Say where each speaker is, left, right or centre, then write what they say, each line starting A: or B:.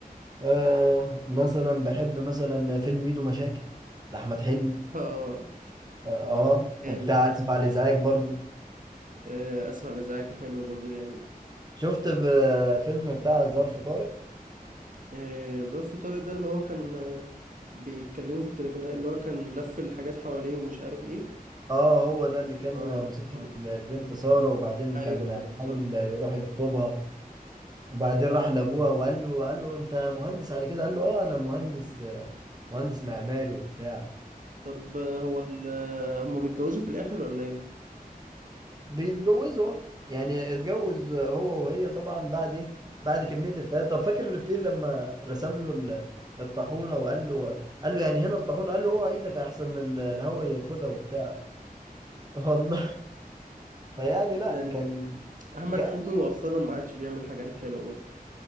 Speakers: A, on the right (about 25°); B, on the right (about 60°).
A: آه مثلا بحب مثلا فيلم ميدو مشاكل لأحمد حلمي
B: <laughs> اه
A: اه آه،
B: جامد
A: وبتاع آسف على الإزعاج برضو
B: آه، اسفل ازعاج حلو برضو جامد
A: شفت ب- فيلم بتاع ظرف طارق
B: آه، ظرف طارق ده اللي هو كان آه، بيتكلموا في التليفون اللي هو كان لف الحاجات حواليه ومش عارف ايه
A: اه هو ده اللي كان
B: اه
A: مصاحب
B: اه
A: البنت سارة وبعدين
B: ايوه
A: كان
B: ايوه صح
A: حاول
B: هو
A: يروح
B: ده
A: يخطبها وبعدين راح لأبوها وقال له قال له أنت مهندس على كده قال له اه أنا مهندس آه، مهندس معماري وبتاع
B: طب آه، هو ال- آه، هما بيتجوزوا في الاخر ولا ايه
A: بيتجوزوا اه. يعني اتجوز هو وهي طبعا بعد ايه بعد كمية الفات طب فاكر الفيل لما رسم له ال- الطاحونة وقال له قال له يعني هنا الطاحونة قال له اوعى ايدك احسن ال- الهوا ياخدها وبتاع <laughs> والله فيعني لا
B: آه،
A: كان
B: احمد
A: جا-
B: حلمي مؤخرا ما عادش بيعمل حاجات حلوه برضو